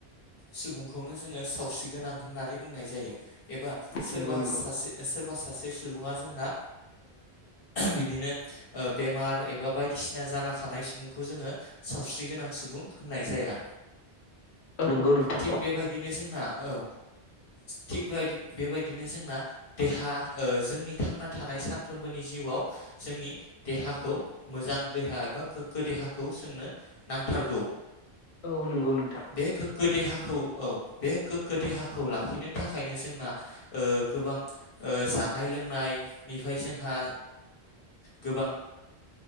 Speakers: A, on the left (about 60°); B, on the left (about 85°).
A: सुबुंखौनो जोङो सावस्रि गोनां होननानै बुंनाय जायो एबा सोरबा
B: नंगौ नंगौ
A: सासे बा सासे सुबुङा जोंना बिदिनो बेमार एबा बायदिसिना जाना थानाय सुबुंखौ जोङो सावस्रि गोनां सुबुं होननाय जाया।
B: औ नंगौ नोंथां
A: थिग बेबायदिनो जोंना औ थिग बेबायदिनो जोंना देहा जोंनि थांना थानाय सानफ्रोमबोनि जिउ जोंनि देहाखौ मोजां देहा एबा गोग्गो देहाखौ जोंनो नांथारगौ
B: औ नंगौ नोंथां
A: बे गोग्गो देहाखौ औ बे गो देहाखौ लाखिनो थाखायनो जोंना गोबां जानाय लोंनायनिफ्राय बे जोंहा गोबां